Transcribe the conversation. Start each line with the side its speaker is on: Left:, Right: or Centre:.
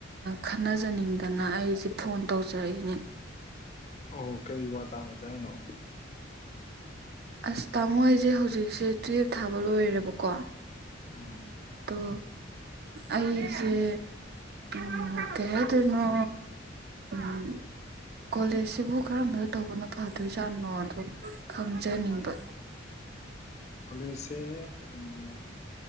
Right: ꯈꯟꯅꯖꯅꯤꯡꯗꯅ ꯑꯩꯁꯦ ꯐꯣꯟ ꯇꯧꯖꯔꯛꯏꯅꯦ
Left: ꯑꯣ ꯀꯩꯔꯤ ꯋꯥ ꯇꯥꯟꯅ ꯆ ꯍꯥꯏꯅꯣ
Right: ꯑꯁ ꯇꯥꯃꯣ ꯍꯁꯦ ꯍꯧꯖꯤꯛꯁꯦ ꯇꯨꯌꯦꯜꯞ ꯊꯥꯕ ꯂꯣꯏꯔꯦꯕꯀꯣ
Left: ꯎ
Right: ꯑꯣ ꯑꯩꯁꯦ ꯎꯝ ꯑꯣ ꯀꯦ ꯇꯅꯣ ꯎꯝ ꯀꯣꯂꯦꯖꯁꯤꯕꯨ ꯀꯔꯝꯕꯗ ꯇꯧꯕꯅ ꯐꯗꯣꯏꯖꯥꯠꯅꯣꯗꯣ ꯈꯪꯖꯅꯤꯡꯕ
Left: ꯐꯂꯦꯁꯦ ꯎꯝ